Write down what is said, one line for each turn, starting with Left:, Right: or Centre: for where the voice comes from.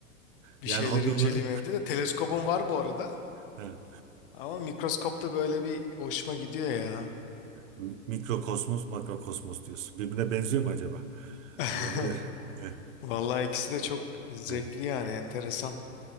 Left: Bir
Right: Yani
Left: şeyleri
Right: hobi
Left: inceleyeyim
Right: olarak
Left: evde de. Teleskobum var bu arada.
Right: <laughs> Evet.
Left: Ama mikroskopta böyle bir hoşuma gidiyor ya.
Right: Mi- Mikrokosmos, makrokosmos diyorsun. Birbirine benziyor mu acaba?
Left: <laughs>
Right: Olabilir. Heh,
Left: Vallahi ikisi de çok zevkli
Right: heh.
Left: yani enteresan.